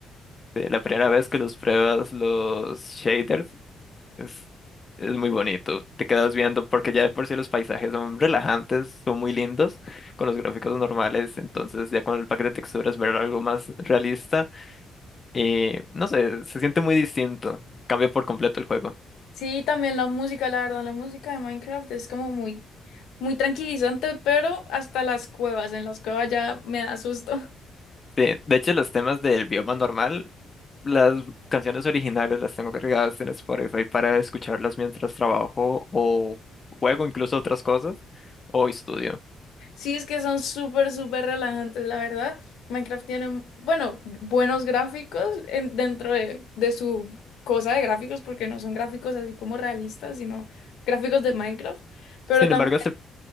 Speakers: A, on the left; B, on the left.
A: Sí, La primera vez que los pruebas los shaders Es, es muy bonito. Te quedas viendo porque ya de por sí los paisajes son relajantes, son muy lindos con los gráficos normales. Entonces ya con el pack de texturas ver algo más realista, eh, no sé, se siente muy distinto. Cambia por completo el juego.
B: Sí, también la música, la verdad, la música de Minecraft es como muy, muy tranquilizante, pero hasta las cuevas, en las cuevas ya me da susto. <laughs>
A: De, de hecho, los temas del bioma normal, las canciones originales las tengo cargadas en Spotify para escucharlas mientras trabajo o juego incluso otras cosas o estudio.
B: Sí, es que son súper, súper relajantes, la verdad. Minecraft tiene, bueno, buenos gráficos en- dentro de, de su cosa de gráficos, porque no son gráficos así como realistas, sino gráficos de Minecraft, pero
A: Sin
B: también
A: embargo, se,